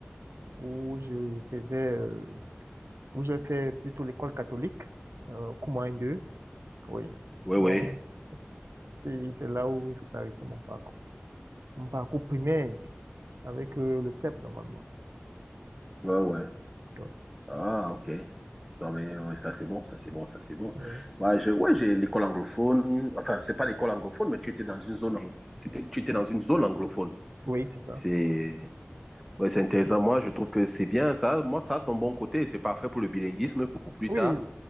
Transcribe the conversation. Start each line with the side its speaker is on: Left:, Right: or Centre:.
Right: où je faisais, euh, où j'ai fait plutôt l'école catholique, euh, Coumans 2, oui.
Centre: oui,
Right: Donc,
Centre: oui,
Right: c'est, c'est là où s'est arrêté mon parcours. Mon parcours primaire avec euh, le CEP, normalement.
Centre: ouais, oui.
Right: Ouais,
Centre: Ah, ok. Non, mais ouais, ça c'est bon, ça c'est bon, ça c'est bon.
Right: ouais.
Centre: Ouais, je, ouais, j'ai l'école anglophone. Enfin, c'est pas l'école anglophone, mais tu étais dans une zone, ang- c'était, tu étais dans une zone anglophone.
Right: Oui, c'est ça.
Centre: C'est, ouais, c'est intéressant. Moi, je trouve que c'est bien ça. Moi, ça, c'est un bon côté. C'est parfait pour le bilinguisme, pour plus
Right: Oui,
Centre: tard.